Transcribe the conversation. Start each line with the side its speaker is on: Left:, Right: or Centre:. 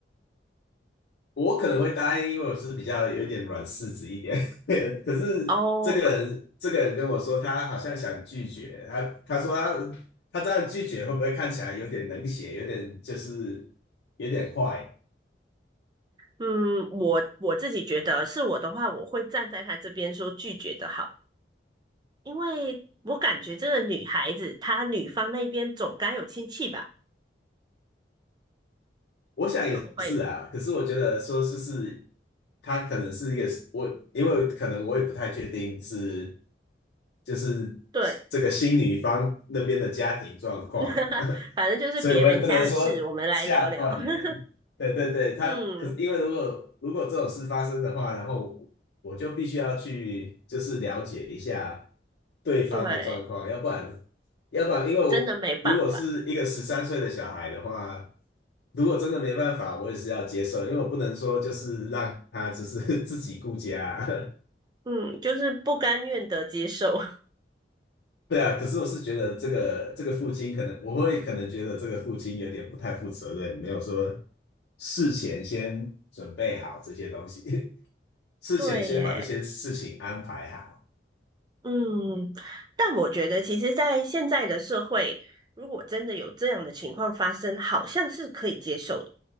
Left: 我可能会答应，因为我是比较有一点软柿子一点。<laughs> 可是这个人，
Right: 哦，
Left: 这个人跟我说，他好像想拒绝。他他说他他这样拒绝，会不会看起来有点冷血，有点就是有点坏？
Right: 嗯，我我自己觉得是我的话，我会站在他这边说拒绝的好，因为我感觉这个女孩子她女方那边总该有亲戚吧？
Left: 我想也是啊。
Right: 会不会？
Left: 可是我觉得说，就是他可能是一个我，因为可能我也不太确定是。就是
Right: 对，
Left: 这个新女方那边的家庭状况啊，
Right: <laughs>
Left: <laughs>
Right: 反正就是别人家的事，
Left: 所以我也不能说下断言，
Right: 我们来聊聊。<laughs>
Left: 对对对，他可是因为如果如果这种事发生的话，
Right: 嗯，
Left: 然后我我就必须要去就是了解一下对方的状况，
Right: 对，
Left: 要不然要不然因为我如果是一个十三岁的小孩的话，
Right: 真的没办法，
Left: 如果真的没办法，我也是要接受，因为我不能说就是让他就是 <laughs> 自己顾家啊。
Right: 嗯，就是不甘愿的接受。
Left: 对啊，可是我是觉得这个这个父亲可能我会可能觉得这个父亲有点不太负责任，没有说事前先准备好这些东西，<laughs> 事前先把这些事情安排好。
Right: <laughs> 对耶，嗯，但我觉得，其实，在现在的社会，如果真的有这样的情况发生，好像是可以接受的。